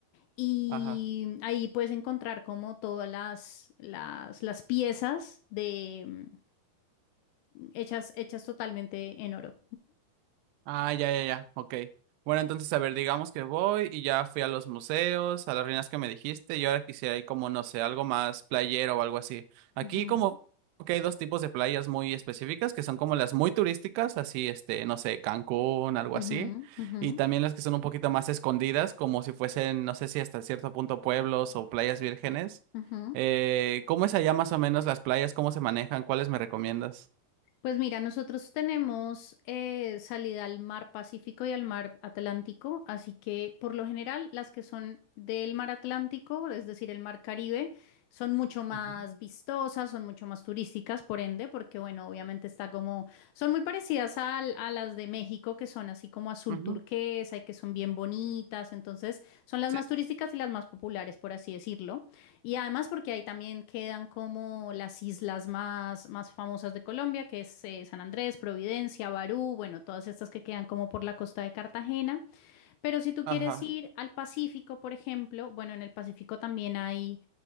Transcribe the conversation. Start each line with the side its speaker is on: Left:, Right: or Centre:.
Left: Y
Right: ajá.
Left: ahí puedes encontrar como todas las, las, las piezas de, mm, hechas, hechas totalmente en oro.
Right: Ah, ya, ya, ya, ok. Bueno, entonces, a ver, digamos que voy y ya fui a los museos, a las ruinas que me dijiste, y ahora quisiera ir como, no sé, algo más playero o algo así. Aquí
Left: Ujú,
Right: como que hay dos tipos de playas muy específicas, que son como las muy turísticas, así, este, no sé, Cancún, algo
Left: ujú,
Right: así,
Left: ujú,
Right: y también las que son un poquito más escondidas, como si fuesen, no sé si hasta cierto punto pueblos o playas vírgenes.
Left: ujú, ujú.
Right: Eh, ¿cómo es allá más o menos las playas? ¿Cómo se manejan? ¿Cuáles me recomiendas?
Left: Pues mira, nosotros tenemos eh, salida al mar Pacífico y al mar Atlántico, así que por lo general las que son del mar Atlántico, es decir, el mar Caribe, son mucho más
Right: Ujú,
Left: vistosas, son mucho más turísticas, por ende, porque bueno, obviamente está como, son muy parecidas al- a, las de México, que son así como azul
Right: ujú.
Left: turquesa y que son bien bonitas, entonces son las
Right: sí.
Left: más turísticas y las más populares, por así decirlo. Y además porque ahí también quedan como las islas más, más famosas de Colombia, que es eh, San Andrés, Providencia, Barú, bueno, todas estas que quedan como por la costa de Cartagena. Pero si tú
Right: Ajá,
Left: quieres ir al Pacífico, por ejemplo, bueno, en el Pacífico también hay,